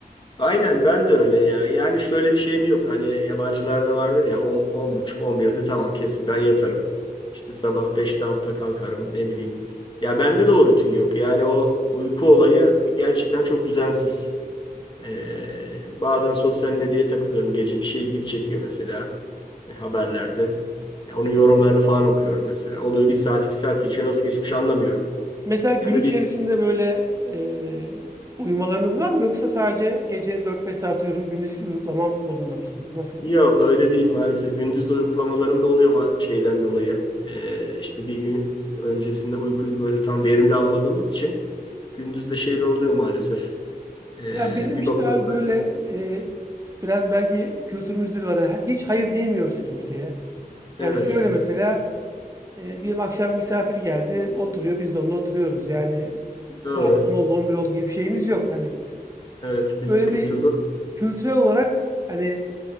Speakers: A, on the left; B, on the right.
A: Aynen ben de öyle ya. Yani şöyle bir şeyim yok. Hani yabancılarda vardır ya 10, 10 buçuk 11'de tamam kesin ben yatarım. İşte sabah 5'te 6'da kalkarım ne bileyim. Ya bende de o rutin yok. Yani o uyku olayı gerçekten çok düzensiz. Ee, bazen sosyal medyaya takılıyorum. Gece bir şey ilgimi çekiyor mesela e, haberlerde. Ya onun yorumlarını falan okuyorum mesela. Oluyor bir saat iki saat geçiyor. Nasıl geçmiş anlamıyorum.
B: Mesela gün
A: Ya da
B: içerisinde
A: bir
B: böyle eee, uyumalarınız var mı yoksa sadece gece 4-5 saat uyurum, gündüz hiç uyuklamam modunda mısınız? Nasıl?
A: Yok öyle değil maalesef. Gündüz de uykulamalarım da oluyor ama şeyden dolayı. Ee, işte bir gün öncesinde uykuyu böyle tam verimli almadığımız için gündüz de şeyler oluyor maalesef. Ee,
B: Ya bizim
A: bir
B: işte
A: bakıyorum.
B: abi böyle
A: ben-
B: e, biraz belki kültürümüzde var. He- Hiç hayır diyemiyoruz kimseye. Yani
A: Evet.
B: şöyle mesela e, diyelim akşam misafir geldi, oturuyor biz de onunla oturuyoruz. Yani saat
A: Doğru.
B: 10 oldu 11 oldu gibi bir şeyimiz yok. Hani
A: Evet. Bizim
B: böyle
A: kültürde.
B: bir kültürel olarak hani